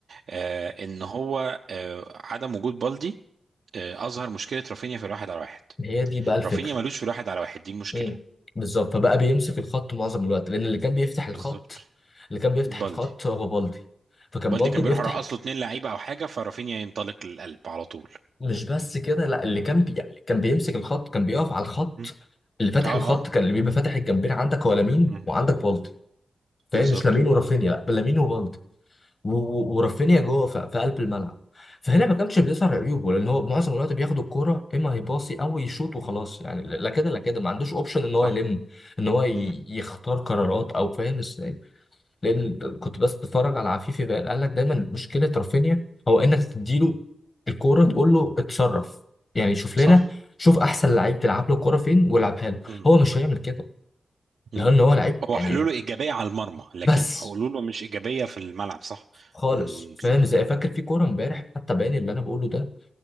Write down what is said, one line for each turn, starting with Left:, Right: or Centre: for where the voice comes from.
Right: آه، ان هو آه، عدم وجود بالدي آه، اظهر مشكله رافينيا في الواحد على واحد
Left: هي دي بقى الفكرة
Right: رافينيا ملوش في الواحد على واحد دي المشكله
Left: امم بالظبط فبقى بيمسك الخط معظم الوقت لأن اللي كان بيفتح الخط
Right: بالظبط
Left: اللي كان بيفتح
Right: بالدي
Left: الخط هو بالدي فكان
Right: بالدي
Left: بالدي
Right: كان
Left: بيفتح
Right: بيروح رقص له اتنين لعيبه او حاجه فرافينيا ينطلق للقلب على طول
Left: مش بس كده لا اللي كان بي... يعني كان بيمسك الخط كان بيقف على الخط
Right: مم.
Left: اللي فاتح
Right: اه
Left: الخط
Right: اه
Left: كان اللي بيبقى فاتح الجنبين عندك هو لامين
Right: مم.
Left: وعندك بالدي فاهم
Right: بالظبط
Left: مش لامين ورافينيا لا لامين وبالدي و- و- ورافينيا جوه في في قلب الملعب فهنا ما كانش بيظهر عيوبه لان هو معظم الوقت بياخد الكوره اما هيباصي او يشوط وخلاص يعني لا كده لا كده ما عندوش اوبشن ان هو
Right: صح
Left: يلم ان هو ي-
Right: مم.
Left: يختار قرارات او فاهم ازاي لان كنت بس بتفرج على عفيفي بقى قال لك دايما مشكله رافينيا هو انك تديله الكوره تقول له اتصرف يعني شوف
Right: صح
Left: لنا شوف احسن لعيب تلعب له الكوره فين والعبها له
Right: مم.
Left: هو مش هيعمل كده
Right: مم.
Left: لان هو لعيب يعني
Right: هو حلوله ايجابيه على المرمى لكن
Left: بس
Right: حلوله مش ايجابيه في الملعب صح
Left: خالص
Right: مم.
Left: فاهم
Right: صح
Left: ازاي فاكر في كوره امبارح حتى باين اللي انا بقوله ده